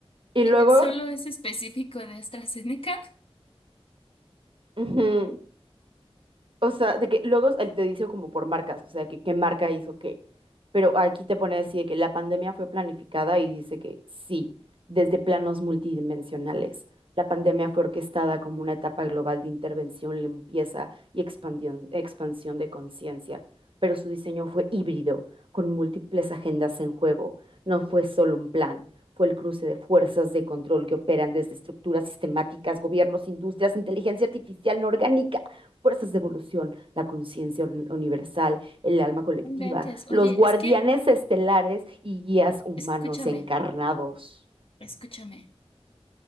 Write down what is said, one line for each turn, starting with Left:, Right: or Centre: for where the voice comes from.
Right: y luego...
Left: Eh, Solo es específico de AstraZeneca.
Right: ujú. O sea, de que luego él te dice como por marcas, o sea, que qué marca hizo qué. Pero aquí te pone así de que la pandemia fue planificada y dice que sí, desde planos multidimensionales. La pandemia fue orquestada como una etapa global de intervención, limpieza y expandión- expansión de conciencia. Pero su diseño fue híbrido, con múltiples agendas en juego. No fue solo un plan, fue el cruce de fuerzas de control que operan desde estructuras sistemáticas, gobiernos, industrias, inteligencia artificial no orgánica fuerzas de evolución, la conciencia universal, el alma colectiva,
Left: No Inventes. Oye,
Right: los guardianes
Left: es que,
Right: estelares y guías humanos
Left: escúchame,
Right: encarnados.
Left: escúchame.